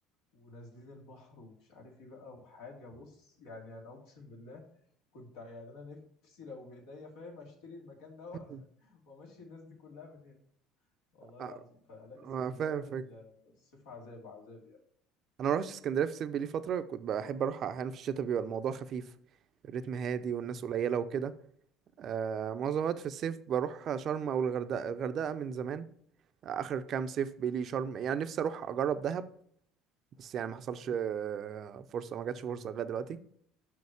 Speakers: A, on the left; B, on the right.
A: ونازلين البحر ومش عارف ايه بقى وحاجه بص يعني انا اقسم بالله كنت يعني انا نفسي لو بايديا فاهم اشتري المكان ده
B: <laughs>
A: و- <laughs> وامشي الناس دي كلها من هنا والله
B: أه،
A: العظيم فلا اسكندريه
B: أه، فاهم
A: في
B: فاهم
A: ال- الصيف عذاب عذاب يعني
B: انا ما رحتش اسكندريه في الصيف بقالي فتره كنت بحب اروح احيانا في الشتاء بيبقى الموضوع خفيف الريتم هادي والناس قليله وكده آه معظم الوقت في الصيف بروح شرم او الغردقه الغردقه من زمان اخر كام صيف بقالي شرم يعني نفسي اروح اجرب دهب بس يعني
A: مم.
B: ما حصلش آه، فرصه ما جاتش فرصه لغايه دلوقتي